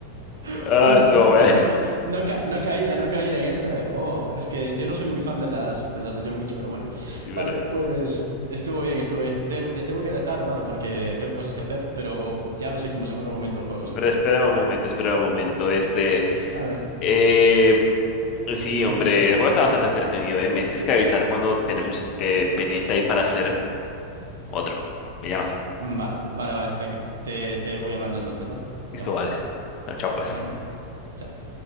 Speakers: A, on the right; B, on the left.
A: <laughs>
B: Ah,
A: Uf,
B: estuvo
A: va-
B: bueno.
A: es que no, ca- no caía, no caía en esa, ¿eh? Oh, es que yo no soy muy fan de las, de las de John Wick, pero bueno.
B: Sí,
A: Vale,
B: pero,
A: pues est- estuvo bien, estuvo bien. Te, te tengo que dejar, vale, porque tengo cosas que hacer, pero ya lo seguimos en otro momento el juego, ¿sí?
B: pero espera un momento, espera un momento. Este.
A: A ver,
B: Eh, sí,
A: dime.
B: hombre, el juego está bastante entretenido, eh. Me tienes que avisar cuando tenemos eh, pendiente ahí para hacer otro. Me llamas.
A: Vale, vale, vale, venga. Te, te voy hablando entonces, ¿vale?
B: Listo,
A: Ya me avisas.
B: vale. Chao, pues.
A: Venga, chao.